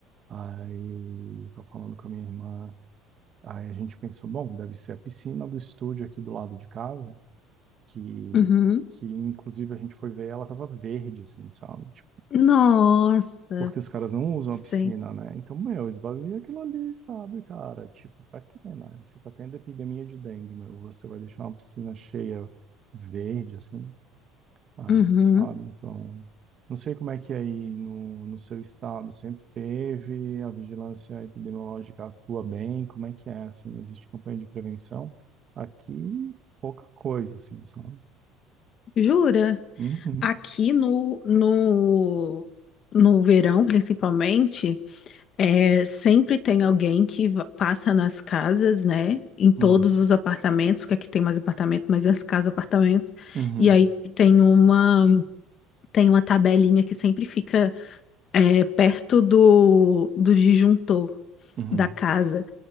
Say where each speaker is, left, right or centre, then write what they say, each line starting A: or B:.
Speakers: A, on the right; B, on the left.
A: Aí, estava falando com a minha irmã, aí a gente pensou, bom, deve ser a piscina do estúdio aqui do lado de casa, que,
B: uhum.
A: que inclusive a gente foi ver, e ela tava verde, assim, sabe? Tipo,
B: Nossa,
A: porque os caras não usam
B: sim.
A: a piscina, né? Então, meu, esvazia aquilo ali, sabe, cara? Tipo, pra quê, né? Você tá tendo epidemia de dengue, meu, você vai deixar uma piscina cheia verde, assim, aí,
B: Uhum.
A: sabe? Então, não sei como é que é aí no, no seu estado sempre teve, a vigilância epidemiológica atua bem, como é que é, assim, existe campanha de prevenção? Aqui, pouca coisa, assim, sabe?
B: Jura?
A: Uhum,
B: Aqui no, no, no verão, principalmente, é, sempre tem alguém que va- passa nas casas, né? Em todos
A: uhum.
B: os apartamentos, que aqui tem mais apartamento, mas as casas, apartamentos.
A: Uhum,
B: E aí tem uma, tem uma tabelinha que sempre fica, é, perto do, do disjuntor
A: uhum,
B: da casa.